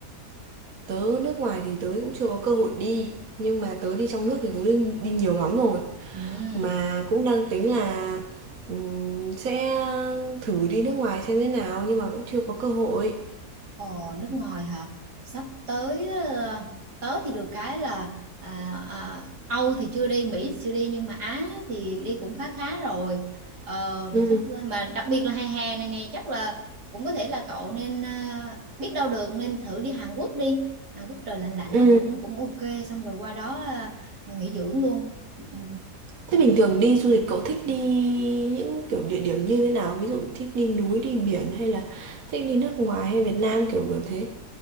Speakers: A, on the right (about 60°); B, on the right (about 80°).
A: Tớ nước ngoài thì tớ cũng chưa có cơ hội đi, nhưng mà tớ đi trong nước thì tớ đi đi nhiều lắm rồi,
B: ừ.
A: mà cũng đang tính là, ừm, sẽ thử đi nước ngoài xem thế nào nhưng mà cũng chưa có cơ hội.
B: Ồ, nước ngoài hả? Sắp tới ờ, tớ thì được cái là à, à, Âu thì chưa đi, Mỹ thì chưa đi nhưng mà Á thì đi cũng khá khá rồi. Ờ,
A: ừ
B: sắp mà đặc biệt là hè hè này nè chắc là cũng có thể là cậu nên ờ, biết đâu được nên thử đi Hàn Quốc đi. Hàn Quốc trời lạnh lạnh
A: ừ
B: nó cũng cũng ok xong rồi qua đó ờ, nghỉ dưỡng luôn. Ừ,
A: Thế bình thường đi du lịch cậu thích đi những, kiểu, địa điểm như thế nào? Ví dụ thích đi núi, đi biển hay là thích đi nước ngoài hay Việt Nam, kiểu, kiểu thế?